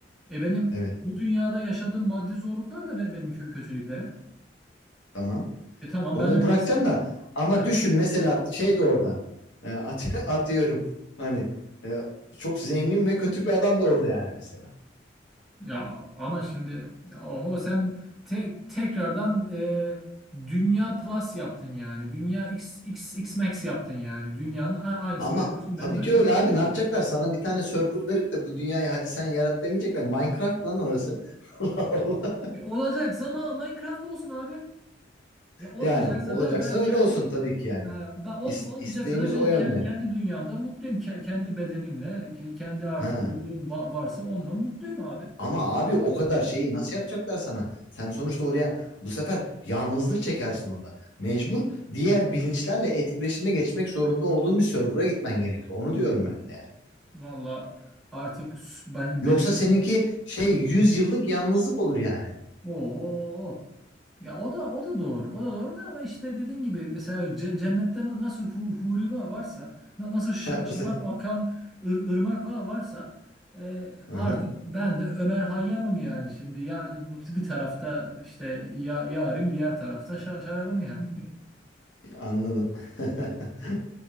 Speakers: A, in the centre; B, on the left.
A: E benim
B: Evet,
A: bu dünyada yaşadığım maddi zorluklar da be- benim kö- kötülüklerim.
B: tamam.
A: E tamam
B: Onu
A: ben öyleyse.
B: bırakacaksın da ama
A: Heh,
B: düşün mesela şey de orada. E, at- <laughs> atıyorum hani e, çok zengin ve kötü bir adam da orada yani mesela.
A: ya ama şimdi ya oho sen te- tekrardan e, Dünya Plus yaptın yani. Dünya X, X, X Max yaptın yani. Dünyanın a- aynısını
B: Ama
A: getiriyorsun
B: tabii
A: benim önüme
B: ki öyle
A: koyuyorsun.
B: abi ne yapacaklar? Sana bir tane server verip de bu dünyayı hadi sen yarat demeyecekler. Minecraft lan orası. <laughs> Allah Allah.
A: E olacaksa ama Minecraft olsun abi. Ve olmayacaksa
B: Yani olacaksa
A: da ben
B: öyle
A: kendi
B: olsun tabii ki yani.
A: Ha, ben ol,
B: İs-
A: olmayacaksa
B: isteğimiz
A: da ben
B: o yönde.
A: ke- kendi dünyamda mutluyum. Ke- kendi bedenimle, ke- kendi artık
B: Ha.
A: ruhum va- varsa onunla mutluyum abi.
B: Ama abi o kadar şeyi nasıl yapacaklar sana? Sen sonuçta oraya bu sefer yalnızlık çekersin orada. Mecbur diğer bilinçlerle etkileşime geçmek zorunda olduğun bir server'a gitmen gerekiyor. Onu diyorum ben de yani.
A: Valla artık s- ben
B: Yoksa
A: benim
B: seninki şey 100 yıllık yalnızlık olur yani.
A: o Ya o da o da doğru. O da doğru da ama işte dediğin gibi mesela ce- cennette na- nasıl hu- huri va- varsa, na- nasıl
B: <laughs>
A: şa- şarap
B: Bu se-
A: akan ır- ırmak va- varsa e, artık
B: Aha,
A: ben de Ömer Hayyam'ım yani şimdi. Ya bu t- bir tarafta işte ya yarim, diğer tarafta şa- şarabım yani.
B: anladım. <laughs>
A: <laughs> Evet.